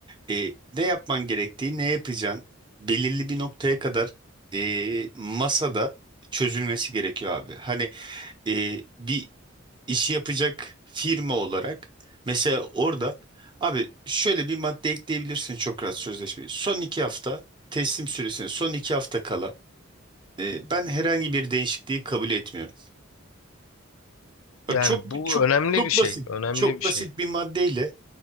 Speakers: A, on the right; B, on the left.
A: e, ne yapman gerektiği ne yapacaksın belirli bir noktaya kadar e, masada çözülmesi gerekiyor abi. Hani e, bir işi yapacak firma olarak mesela orada abi şöyle bir madde ekleyebilirsin çok rahat sözleşmeyi. Son iki hafta teslim süresine son iki hafta kala. E, ben herhangi bir değişikliği kabul etmiyorum. Bak
B: Yani
A: çok
B: bu
A: çok
B: önemli
A: çok
B: bir şey
A: basit.
B: önemli
A: Çok
B: bir şey.
A: basit bir maddeyle